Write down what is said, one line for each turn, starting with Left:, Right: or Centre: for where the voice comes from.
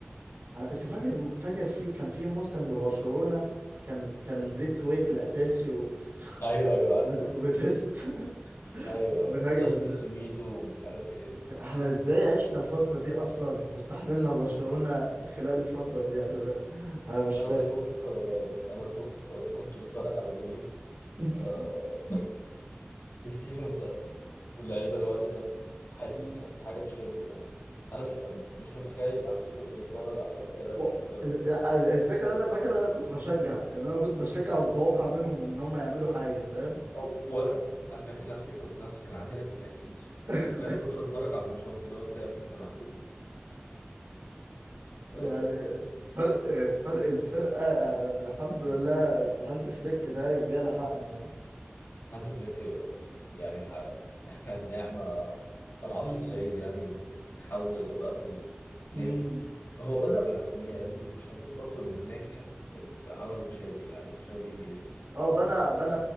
Right: انا انت فاكر فاكر في كان في موسم لبرشلونة كان كان
Left: مم.
Right: بريث ويت الاساسي و...
Left: ايوه ايوه عارف
Right: ود-
Left: عارف
Right: وديست <laughs>
Left: ايوه ايوه
Right: بنهاجم
Left: ديستو
Right: بن-
Left: سيميدو ومش عارف ايه
Right: احنا ازاي عشنا الفترة دي اصلا واستحملنا برشلونة خلال الفترة دي يعني انا مش
Left: انا
Right: فاهم
Left: بشوف آه، انا بشوف آه، كنت بتفرج على فيديو
Right: <laughs>
Left: آه، السيزون ده واللعيبه الوقت ده حقيقي كانت حاجه تشل يعني انا مش مش متخيل نفسي كنت بتفرج على الفرقه
Right: و-
Left: بالشكل ده
Right: الفكرة انا فاكر انا كنت بشجع يعني انا كنت بشجع ومتوقع منهم ان هم يعملوا حاجة فاهم
Left: أو وانا انا فاكر نفسي كنت نفسي كان عندي نفس الاحساس
Right: <laughs>
Left: وكان كنت بتفرج على الماتشات اللي هو انت يا ابني انت معتوه فاهم
Right: يعني فرق فرق الفرقة يعني الحمد لله هانز فليك ده جه لحقنا يعني
Left: هانز فليك آه، يعني ح- <laughs> احنا النعمة انا ما اعرفش
Right: مم.
Left: ازاي يعني تحول اللي بقى في النادي
Right: مم.
Left: هو بدأ بنع... يعني مش عايزين برضو نجحف في اللي عمله تشابي يعني تشابي
Right: اه بنى بنى